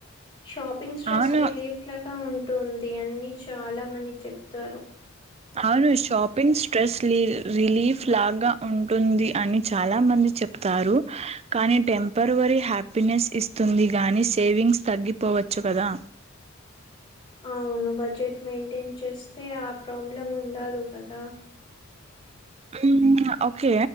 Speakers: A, on the left; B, on the right.
A: షాపింగ్ స్ట్రెస్
B: అవును
A: రిలీఫ్ లాగా ఉంటుంది అన్నీ చాలా మని చెప్తారు.
B: అవును షాపింగ్ స్ట్రెస్ లి రిలీఫ్ లాగా ఉంటుంది అని చాలా మంది చెప్తారు కానీ టెంపరవరీ హ్యాపీనెస్ ఇస్తుంది గాని సేవింగ్స్ తగ్గిపో పోవచ్చు కదా
A: అవును బడ్జెట్ మెయింటైన్ చేస్తే ఆ ప్రాబ్లం ఉండదు కదా
B: మ్మ్ ఓకే